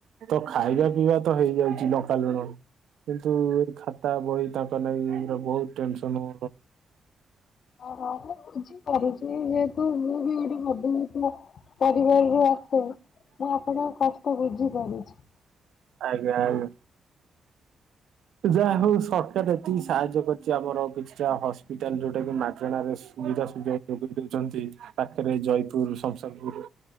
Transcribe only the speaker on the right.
ତ ଖାଇବା ପିଇବା ତ ହେଇଯାଉଛି ଲଙ୍କାଲୁଣ କିନ୍ତୁ ଏଇ ଖାତା ବହି ତାକ ନେଇ ବହୁତ ଟେନସନ
ଆଜ୍ଞା ଆଜ୍ଞା। ଯାହା ହଉ ସରକାର ଏତିକି ସାହାଯ୍ୟ କରିଛି ଆମର କିଛିଟା ହସ୍ପିଟାଲ ଯୋଉଟା କି ମାଗଣରେ ସୁବିଧା ସୁ ଯୋଗ ଦଉଛନ୍ତି ପାଖରେ ଜୟପୁରୁ ସମସଖପୁରୁ।